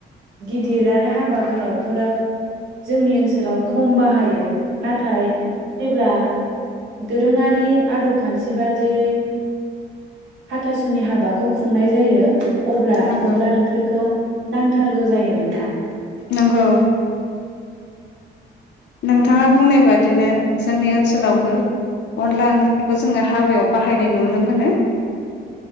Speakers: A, on the right; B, on the left.
A: गिदिर आरो हाबा गोलावफोराव। जोंनि ओनसोलाव खम बाहायो नाथाय जेब्ला दोरोङारि आदब खान्थि बादियै हाथासुनि हाबाखौ खुंनाय जायो। अब्ला
B: नंगौ
A: अनला ओंख्रिखौ। नांथारगौ जायो नोंथां।
B: नंगौ। नोंथाङा बुंनाय बादिनो जोंनि ओनसोलावबो अनला ओंख्रिखौ जोङो हाबायाव बाहायनाय नुनो मोनो